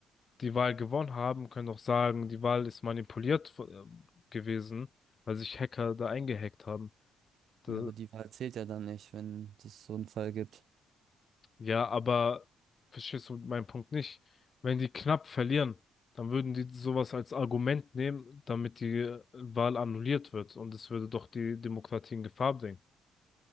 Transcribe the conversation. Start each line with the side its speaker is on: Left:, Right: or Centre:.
Left: die Wahl gewonnen haben, können doch sagen, die Wahl ist manipuliert äh, gewesen, weil sich Hacker da eingehackt haben. Da-
Right: Ja, aber die Wahl zählt ja dann nicht, wenn es so einen Fall gibt.
Left: ja, aber verstehst du meinen Punkt nicht? Wenn die knapp verlieren, dann würden die sowas als Argument nehmen, damit die Wahl annulliert wird und es würde doch die Demokratie in Gefahr bringen.